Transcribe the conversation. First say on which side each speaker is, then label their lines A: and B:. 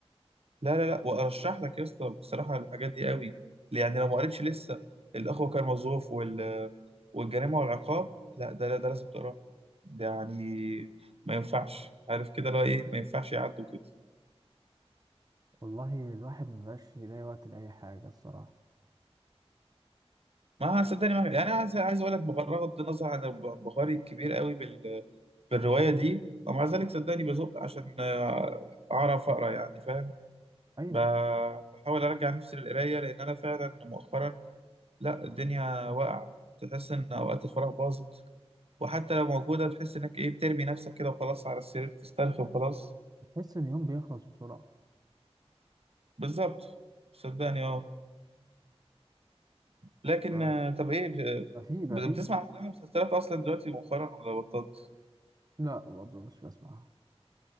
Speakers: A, on the right; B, on the right.
A: لا لا لا وارشح لك يا اسطى بصراحه الحاجات دي قوي يعني لو ما قريتش لسه الاخوه كارمازوف وال والجريمه والعقاب لا ده لا ده لازم تقراه ده يعني ما ينفعش عارف كده لا ايه ما ينفعش يعدوا كده
B: والله الواحد مبقاش يلاقي وقت لأي حاجة الصراحة
A: ما صدقني ما يعني عايز عايز اقول لك بغض النظر عن انبهاري الكبير قوي بال... بالروايه دي ومع ذلك صدقني بزق عشان آه، اعرف اقرا يعني فاهم
B: أيوة
A: ب- بحاول ارجع نفسي للقرايه لان انا فعلا مؤخرا لا الدنيا واقعة تحس إن أوقات الفراغ باظت وحتى لو موجودة بتحس إنك إيه بترمي نفسك كده وخلاص على السرير تسترخي وخلاص
B: تحس إن اليوم بيخلص بسرعة
A: بالظبط صدقني أه لكن
B: ف-
A: آه، طب إيه
B: ما في ما
A: ب-
B: في
A: بتسمع أفلام ومسلسلات أصلا دلوقتي مؤخرا ولا بطلت؟
B: لا برضه مش بسمعها